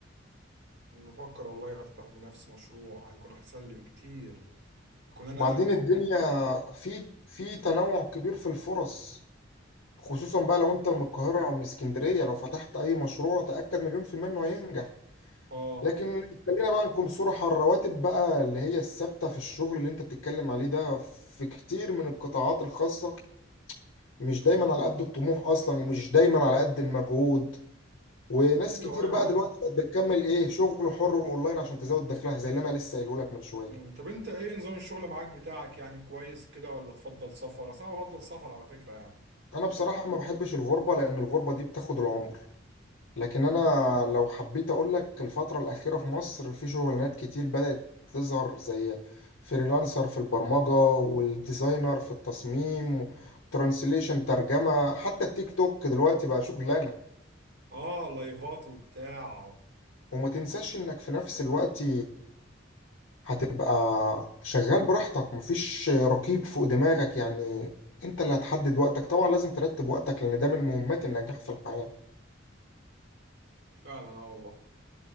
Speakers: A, on the right (about 60°); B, on the left (about 75°).
A: بفكر والله افتح لنفسي مشروع هيكون احسن لي بكتير يكون انا
B: وبعدين الدنيا في في تنوع كبير في الفرص خصوصا بقى لو أنت من القاهرة أو من اسكندرية لو فتحت أي مشروع تأكد مليون في المية إنه هينجح
A: اه
B: لكن خلينا بقى نكون صراحة الرواتب بقى اللي هي الثابتة في الشغل اللي انت بتتكلم عليه ده في كتير من القطاعات الخاصة مش دايما على قد الطموح اصلا ومش دايما على قد المجهود وناس
A: ايوه
B: كتير
A: ايوه
B: بقى
A: فاهم
B: دلوقتي بقت بتكمل ايه شغل حر اونلاين عشان تزود دخلها زي اللي انا لسه قايله لك من شوية
A: مم، طب انت ايه نظام الشغل معاك بتاعك يعني كويس كده ولا تفضل سفر اصل انا بفضل سفر على فكره يعني
B: انا بصراحة ما بحبش الغربة لان الغربة دي بتاخد العمر لكن انا لو حبيت اقول لك الفترة الأخيرة في مصر في شغلانات كتير بدأت تظهر زي فريلانسر في البرمجة والديزاينر في التصميم ترانسليشن ترجمة حتى التيك توك دلوقتي بقى شغلانة
A: اه لايفات وبتاع
B: وما تنساش انك في نفس الوقت هتبقى شغال براحتك مفيش رقيب فوق دماغك يعني انت اللي هتحدد وقتك طبعا لازم ترتب وقتك لان ده من مهمات النجاح في الحياة
A: فعلا اه والله